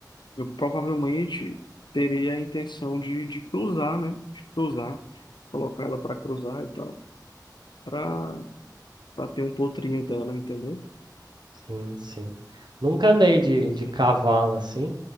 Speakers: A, on the left; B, on the right.
A: eu provavelmente terei a intenção de, de cruzar, né? De cruzar, colocar ela para cruzar e tal, para para ter um potrinho dela, entendeu?
B: Sim, sim. Nunca andei de,
A: Pois
B: de
A: é.
B: cavalo assim.